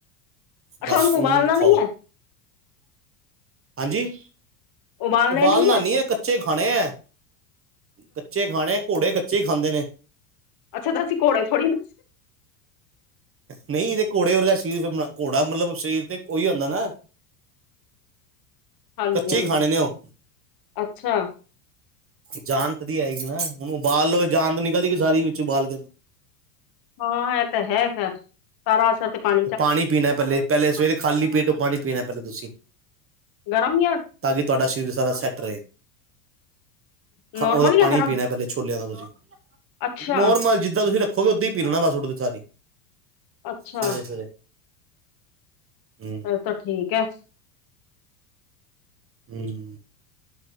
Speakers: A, on the left (about 45°); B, on the right (about 25°).
A: ਅੱਛਾ
B: ਬਸ ਉਹਨੂੰ
A: ਉਬਾਲਣਾ
B: ਖਾਓ
A: ਨਹੀਂ ਹੈ
B: ਹਾਂਜੀ
A: ਉਬਾਲਣੇ
B: ਉਬਾਲਣਾੀ
A: ਨਹੀਂ
B: ਹੈ ਕੱਚੇ ਖਾਣੇ ਹੈ ਕੱਚੇ ਖਾਣੇ ਘੋੜੇ ਕੱਚੇ ਹੀ ਖਾਂਦੇ ਨੇ
A: ਅੱਛਾ ਤਾਂਸੀ ਘੋੜੇ ਥੋੜੀ ਦ
B: ਨਹੀਂ ਤੇ ਘੋੜੇ ਵਰਗਾ ਸਰੀਰ ਘੋੜਾ ਮਤਲਬ ਸਰੀਰ ਤੇ ਉਹੀ ਹੁੰਦਾ ਨਾ
A: ਹਾਂਜੀ
B: ਕੱਚੇ
A: ਹਾਂਜੀ
B: ਹੀ ਖਾਣੇ ਨੇ ਉਹ
A: ਅੱਛਾ
B: ਜਾਣਤ ਦੀ ਆਏਗੀ ਨਾ ਹੁਣ ਉਬਾਲਓ ਜਾਨ ਤੋਂ ਨਿਕਲਦੀ ਸਾਰੀ ਵਿੱਚ ਬਬਾਲ ਕੇ
A: ਹਾਂ ਇਹ ਤਾਂ ਹੈਗਾ ਸਾਰਾ ਅਸਰ ਤੇ ਪਾਣੀ
B: ਤੇ ਪਾਣੀ ਪੀਣਾ ਪਹਿਲੇ ਪਹਿਲੇ ਸਵੇਰੇ ਖਾਲੀ ਪੇਟ ਤੋਂ ਪਾਣੀ ਪੀਣਾ ਪਹਿਲੇਾਂ ਤੁਸੀਂ
A: ਗਰਮ ਹੀ
B: ਤਾਂ ਕਿ ਤੁਹਾਡਾ ਸਰੀਰ ਸਾਰਾ ਸੈੱਟ ਰਹੇ
A: ਨੋਰਮਲ
B: ਉਹਦਾ
A: ਜਾਂ
B: ਪਾਣੀ
A: ਗਰਮ
B: ਪੀਣਾ ਪਹਿਲਲੇ ਛੋਲਿਆਂ ਦਾ ਤੁਸੀਂ
A: ਅੱਛਾ
B: ਨੋਰਮਲ ਜਿੱਦਾਂ ਤੁਸੀਂ ਰ ਵੀ ਓਦਾਂ ਹੀ ਪੀਰਣਾ ਬਸ ਉੱਡ ਸਾਰੀ
A: ਅੱਛਾ
B: ਸਵੇਰੇ ਸਵੇਰੇ ਹ
A: ੋ ਠੀਕ ਹੈ
B: ਹਮ